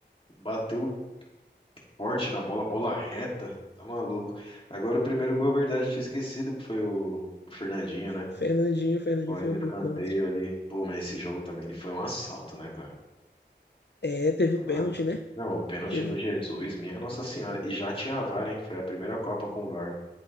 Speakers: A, on the left (about 30°); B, on the left (about 65°).
A: bateu. forte na bola, bola reta, tá maluco. Agora o primeiro gol, é verdade, eu tinha esquecido que foi o, o Fernandinho, né?
B: Fernandinho, Fernandinho
A: Foi
B: fez
A: no
B: o
A: escanteio
B: gol contra.
A: ali. Pô, mas esse jogo também ele foi um assalto, né, cara?
B: É, teve
A: Foi
B: o pênalti,
A: um assalto.
B: né?
A: Não, o pênalti
B: Teve,
A: no Jesus, minha Nossa Senhora. E já tinha a VAR, hein? Foi a primeira Copa com o VAR.